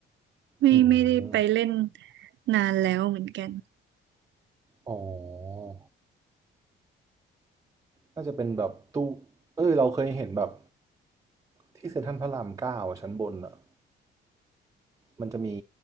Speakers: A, on the right (about 65°); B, on the right (about 15°).
A: ไม่ไม่ได้ไปเล่น
B: อืม
A: นานแล้วเหมือนกัน
B: อ๋อน่าจะเป็นแบบตู้เอ้ยเราเคยเห็นแบบที่เซ็นทรัลพระรามเก้าอะชั้นบนอะมันจะมี